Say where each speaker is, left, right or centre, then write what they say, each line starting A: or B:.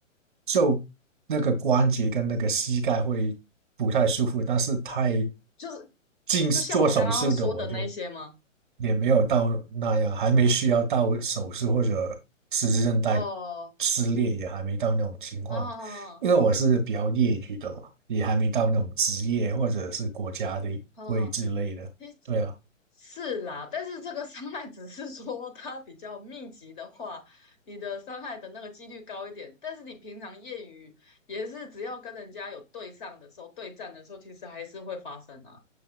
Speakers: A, on the right; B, on the left.
A: 就那个关节跟那个膝盖会不太舒服，但是太
B: 就是
A: 近做手术的我就
B: 就像我刚刚说的那些吗？
A: 也没有到那样，还没需要到手术或者十字韧带
B: 哦，
A: 撕裂，也还没到那种情况，
B: 好好好好
A: 因为我是比较业余的嘛，也还没到那种职业或者是国家的位之类的，
B: 好，好诶
A: 对啊。
B: 是啦，但是这个伤害只是说它比较密集的话，你的伤害的那个几率高一点。但是你平常业余也是只要跟人家有对上的时候，对战的时候，其实还是会发生啊。